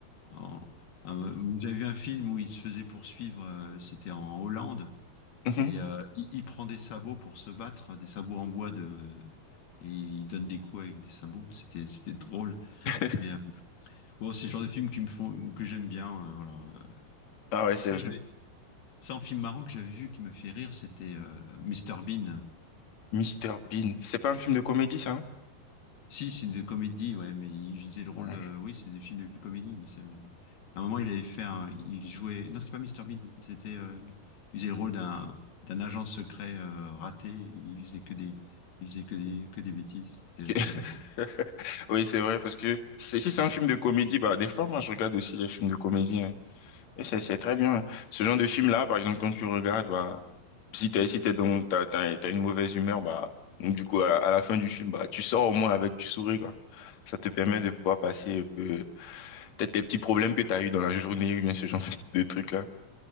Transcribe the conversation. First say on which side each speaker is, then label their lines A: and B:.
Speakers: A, on the left; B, on the left.
A: en- un- vous avez vu un film où il se faisait poursuivre, euh, c'était en Hollande,
B: Mhm.
A: et euh, il, il prend des sabots pour se battre, des sabots en bois de. Et il donne des coups avec des sabots. C'était c'était drôle.
B: <laughs>
A: Mais euh, bon, c'est le genre de film qui me font, que j'aime bien. euh, voilà.
B: Ah ouais,
A: Ça,
B: c'est vrai.
A: j'avais C'est un film marrant que j'avais vu qui m'a fait rire, c'était euh, Mr Bean.
B: Mr Bean. C'est pas un film de comédie, ça, hein?
A: Si, c'est une de comédie, ouais, mais il disait le rôle
B: Ouais.
A: de... Oui, c'est des films de comédie, mais ça- à un moment, il avait fait un... Il jouait... Non, c'est pas Mister Bean, c'était... euh, Il faisait le rôle d'un d'un agent secret euh, raté, il faisait que des... Il faisait que des, que des bêtises, c'était
B: Ok.
A: assez drôle.
B: <laughs> Oui, c'est vrai, parce que c'est- si c'est un film de comédie, bah, des fois, moi, je regarde aussi les films de comédie, hein. Et c'est c'est très bien. Ce genre de film-là, par exemple, quand tu regardes, bah, Si t'es, si t'es dans, t'as, t'as, t'as une mauvaise humeur, bah, donc du coup, à, à la fin du film, bah, tu sors au moins avec du sourire, quoi. Ça te permet de pouvoir passer un peu, peut-être tes petits problèmes que t'as eu dans la journée ou bien ce genre <laughs> de trucs-là.